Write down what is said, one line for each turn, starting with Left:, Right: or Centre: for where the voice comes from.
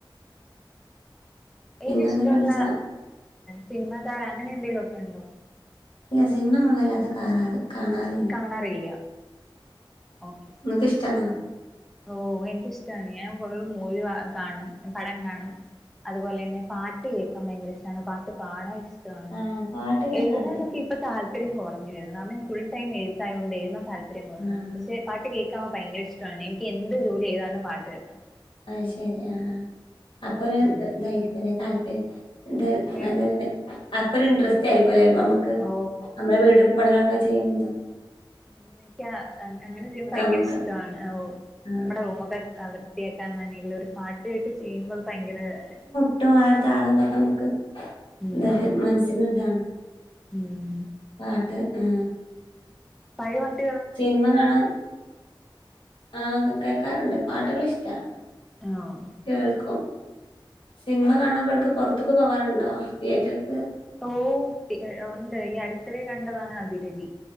Centre: <unintelligible>
Left: പിന്നെ
Centre: ഇഷ്ടള്ള
Left: എന്തൊക്കെയാന്ന് വെച്ചാ
Centre: സിനിമാ താരം അങ്ങനെ എന്തെിലൊക്കെണ്ടോ
Left: ഇല്ല സിനിമ നമ്മൾ വല്ലാതെ കാണാറ് കാണാറില്ല
Centre: കാണാറില്ല ഓക്കെ
Left: ഇങ്ങക്ക്‌ ഷ്ടാണോ?
Centre: ഓഹ് എനിക്കിഷ്ടാണ് ഞാൻ കൂടുതലും മൂവി കാണും പടം കാണും അതുപോലെന്നെ പാട്ട് കേക്കാൻ ഭയങ്കര ഇഷ്ടാണ് പാട്ട് പാടാൻ ഇഷ്ടാണ്
Left: ആഹ് പാട്ട് കേൾക്കാനൊക്കെ
Centre: എഴുതാനൊക്കെ ഇപ്പം താല്പര്യം കുറഞ്ഞുവരുന്നു കാരണം ഫുൾ ടൈം എഴുത്തായോണ്ടേ എഴ്താൻ താല്പര്യം കൊറഞ്ഞു
Left: ആഹ്
Centre: പക്ഷേ പാട്ട് കേക്കാൻ ഭയങ്കര ഇഷ്ട്ടാണ് എനിക്ക് എന്ത് ജോലി ചെയ്താലും പാട്ട് കേക്കണം
Left: ആഹ് ശെരി ആഹ് ആഹ് അപ്പരു
Centre: ഉം
Left: <unintelligible> താല്പര്യ എന്തായ നല്ലൊരു
Centre: ഏ
Left: അപ്പരു ഇൻട്രസ്റ്റ് ആയിരിക്കുംല്ലേ നമ്മ ക്ക്
Centre: ഓ
Left: നമ്മളെ വീടുപണികളൊക്കെ ചെയ്യ്ണ് ണ്ടൊ
Centre: എനിക്കങ്ങനെ ചെയ്യുമ്പോ ഭയങ്കര
Left: നമുക്ക്
Centre: ഇഷ്ടമാണ് ഓഹ്
Left: ആഹ്
Centre: നമ്മടെ റൂമൊക്കെ അവർ വൃത്തിയാക്കാൻ ആണേലും ഒരു പാട്ട് കേട്ട് ചെയ്യുമ്പോ ഭയങ്കര ര
Left: <unintelligible> ആര്ത ആളല്ലെ നമ്മക്ക്
Centre: ഉം
Left: അത് മനസ്സിനൊരു ഇതാണ്
Centre: ഉം
Left: പാട്ട് ഉം
Centre: പഴേ പാട്
Left: സിൻമ കാണാൻ ആഹ് കേക്കാറുണ്ട് പാട്ടുകൾ ഇഷ്ടാ
Centre: ഓഹ്
Left: കേൾക്കും സിൻമ കാണാൻ ഇബട്ക്ക് പൊറത്ക്ക് പോവാറുണ്ടോ തിയേറ്റർക്ക്
Centre: ഓഹ് ഉണ്ട് ഈ അടുത്തവേ കണ്ടതാണ് അതിരടി